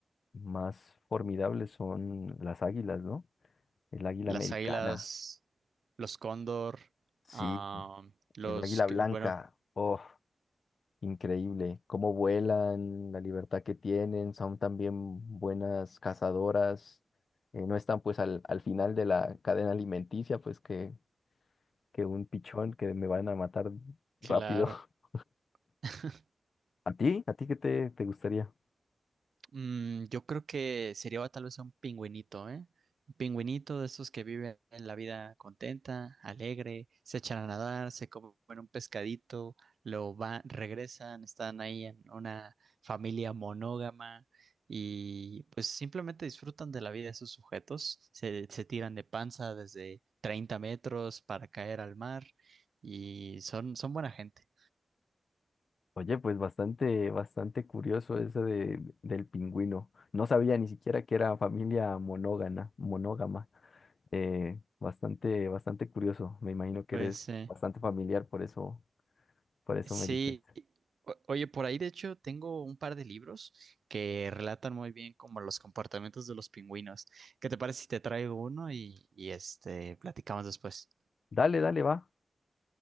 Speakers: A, on the left; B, on the right.
A: más formidables son las águilas, ¿no? El águila
B: Las
A: americana,
B: águilas, los cóndor,
A: sí,
B: ah, los
A: el águila
B: que,
A: blanca.
B: bueno,
A: Oh. Increíble, cómo vuelan, la libertad que tienen, son también buenas cazadoras, eh, no están pues al, al final de la cadena alimenticia, pues que, que un pichón que me van a matar
B: claro.
A: rápido. <laughs>
B: <laughs>
A: ¿A ti? ¿A ti qué te, te gustaría?
B: Mm, yo creo que sería tal vez un pingüinito, ¿eh? Un pingüinito de esos que viven la vida contenta, alegre, se echan a nadar, se comen un pescadito, lo van, regresan, están ahí en una familia monógama y pues simplemente disfrutan de la vida de sus sujetos, se, se tiran de panza desde 30 metros para caer al mar y son, son buena gente.
A: Oye, pues bastante, bastante curioso eso de, del pingüino. No sabía ni siquiera que era familia monógama, monógama. Eh, bastante, bastante curioso. Me imagino que
B: Pues,
A: eres
B: eh,
A: bastante familiar, por eso, por eso
B: Sí,
A: me dices.
B: o- oye, por ahí de hecho tengo un par de libros que relatan muy bien como los comportamientos de los pingüinos. ¿Qué te parece si te traigo uno y, y este platicamos después?
A: Dale, dale, va.